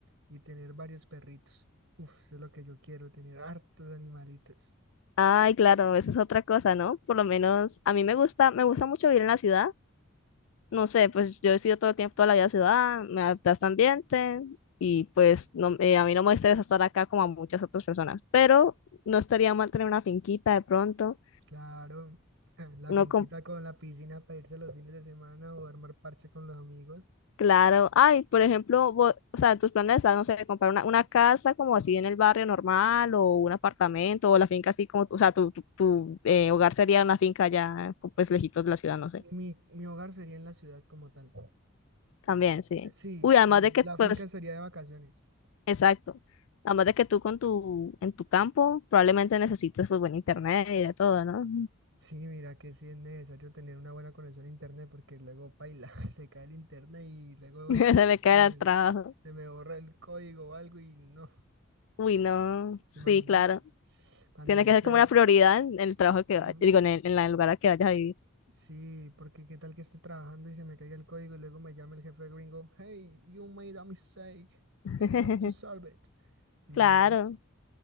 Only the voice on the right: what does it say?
y tener varios perritos. Uf, eso es lo que yo quiero, tener hartos animalitos.
Claro, ah, la
finquita
con la piscina para irse los fines de semana o armar parche con los amigos.
Mi, mi hogar sería en la ciudad como tal.
Sí,
y
la
finca sería de vacaciones.
Sí, mira que sí es necesario tener una buena conexión a internet porque luego paila, <laughs> se cae el internet y luego
se me,
se me borra el código o algo y no,
¿te imaginas?
Cuando
ya
esté,
ujú,
sí, porque qué tal que esté trabajando y se me caiga el código y luego me llama el jefe gringo, hey, you made a mistake
and you have to solve it, ¿te imaginas?